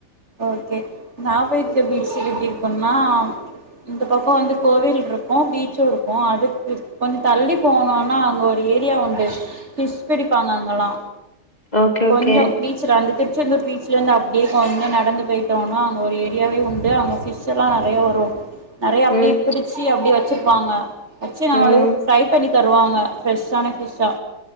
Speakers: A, on the right; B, on the left.
A: ஓகே நா போயிருக்குற பீச்சு எப்டி இருக்கூன்னா இந்த பக்கோ வந்து கோவில்ருக்கூ பீச்சூ இருக்கூ அதுக் குத் கொஞ்சோ தள்ளி போனோ னா அங்க ஒரு ஏரியா உண்டு ஃபிஷ் பிடிப்பாங்க அங்கலா
B: ஓகே
A: கொஞ்சோ
B: ஓகே
A: பீச்ல வந்துட்டு டு இந்த பீச்லேந்து அப்டியே வாங் நடந்து போயிட்டோனா அங் ஒரு ஏரியாவே உண்டு அவங்க ஃபிஷ்ஷல்லா நறைய வரூ நிறைய அப்டியே
B: ம்
A: புடிச்சு அப்டியே வச்சு பாங்க அச்சு நா அவளுக்
B: ம்
A: ஃப்ரை பண்ணி தருவாங்க ஃப்ரெஷ்ஷான ஃபிஷ்ஷா